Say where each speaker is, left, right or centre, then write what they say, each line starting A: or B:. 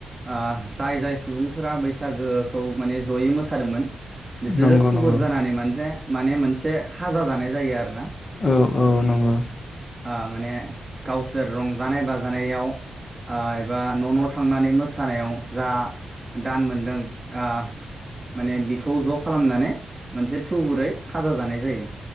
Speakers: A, on the right; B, on the left.
A: ओ जाय-जाय सुबुंफोरा बैसागोखौ माने जयै मोस मोसादोंमोन बिसोरो
B: नंगौ
A: थुबुर
B: नंगौ
A: जानानै मानथे माने मोनसे खाजा जानाय जायो आरो
B: औ औ नंगौ
A: ओ माने गावसोर रंगानाय बाजानायाव ओ एबा न'-न' थांनानै मोसानायाव जा दान मोनदों ओ माने बिखौ ज' खालामनानै मोनसे थुबुरै खाजा जानाय जायो।